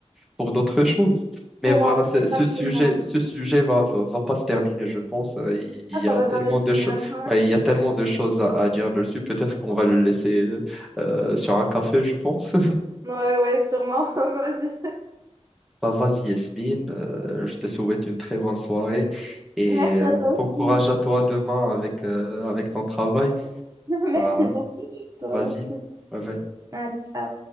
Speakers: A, in the centre; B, on the right.
A: pour d'autres choses. Mais
B: Pour
A: voilà,
B: rentrer,
A: c'est-
B: exactement.
A: ce sujet, ce sujet va, va, va pas se terminer, je pense. Euh, Il, il
B: Ah,
A: y
B: ça
A: a
B: va
A: tellement
B: jamais finir.
A: de choses,
B: Ouais,
A: il y a tellement de choses à, à dire dessus. Peut-être qu'on va le laisser euh, sur un café, je pense.
B: ouais, ouais, sûrement. <laughs> Vas-y.
A: Bah, vas-y Yasmine, Euh, je te souhaite une très bonne soirée et
B: Merci
A: euh,
B: à toi aussi.
A: bon courage à toi demain avec, euh, avec ton travail.
B: <laughs> Merci
A: Bah,
B: beaucoup. Toi
A: vas-y,
B: aussi.
A: bye bye.
B: Allez, ciao.